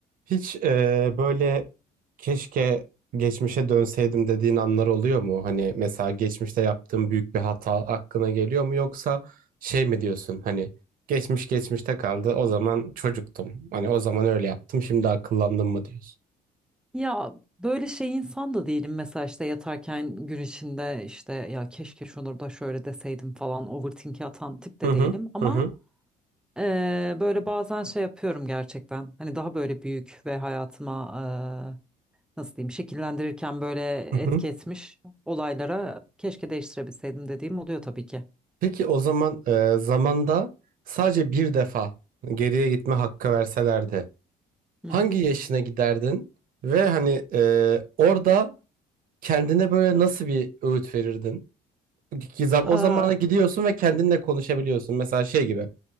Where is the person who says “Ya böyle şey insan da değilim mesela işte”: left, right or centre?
Centre